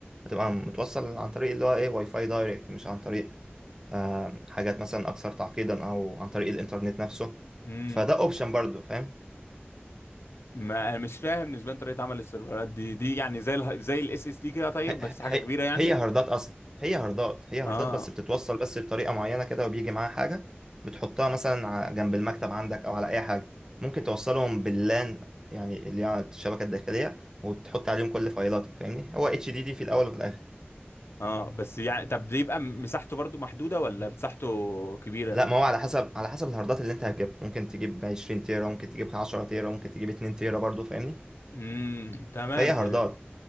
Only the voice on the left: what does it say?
امم
ما أنا مش فاهم نسبيا طريقة عمل السيرفرات دي دي يعني زي ال زي الاس اس دي كده طيب
بس حاجة
كبيرة يعني
اه
اه بس يعني طب دي يبقى مساحته برضو محدودة ولا مساحته كبيرة
امم تمام
فهمت